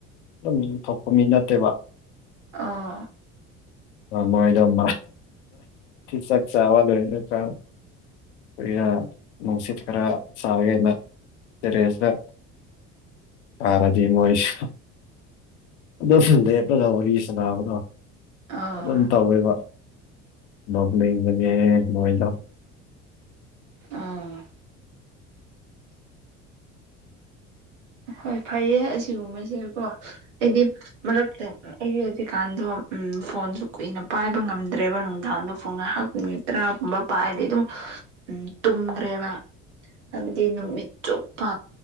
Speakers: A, on the left; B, on the right.
A: ꯑꯗꯨꯝ ꯊꯣꯛꯄ ꯃꯤ ꯅꯠꯇꯦꯕ
B: ꯑ
A: ꯑ ꯃꯣꯏꯗ ꯃꯥ ꯆꯛ ꯆꯋꯥꯜ ꯑꯣꯏꯅ ꯀ ꯑꯩꯒ ꯅꯨꯡꯁꯤꯠ ꯈꯔ ꯆꯒꯦꯅ ꯇꯦꯔꯦꯖꯗ ꯑꯥꯔꯗꯤ ꯃꯣꯁꯨ ꯑꯗꯣ ꯁꯤꯗ ꯂꯦꯞꯄꯒ ꯋꯥꯔꯤ ꯁꯅꯥꯕꯗꯣ
B: ꯑꯥ
A: ꯑꯗꯨꯝ ꯇꯧꯋꯦꯕ ꯅꯣꯛꯅꯤꯡꯕꯅꯦ ꯃꯣꯏꯗ
B: ꯑ ꯍꯣꯏ ꯐꯩꯌꯦ ꯑꯁꯤꯒꯨꯝꯕꯁꯦꯀꯣ ꯑꯩꯗꯤ ꯃꯔꯛꯇ ꯑꯩꯒꯤ ꯍꯧꯖꯤꯛꯀꯥꯟꯗꯣ ꯎꯝ ꯐꯣꯟꯁꯨ ꯀꯨꯏꯅ ꯄꯥꯏꯕ ꯉꯝꯗ꯭ꯔꯦꯕ ꯅꯨꯡꯗꯥꯡꯗ ꯐꯣꯟ ꯉꯥꯏꯍꯥꯛ ꯅꯨꯃꯤ ꯇꯔꯥꯒꯨꯝꯕ ꯄꯥꯏꯔꯗꯤ ꯑꯗꯨꯝ ꯇꯨꯝꯈ꯭ꯔꯦꯕ ꯅꯪꯗꯤ ꯅꯨꯃꯤꯠ ꯆꯨꯞꯄ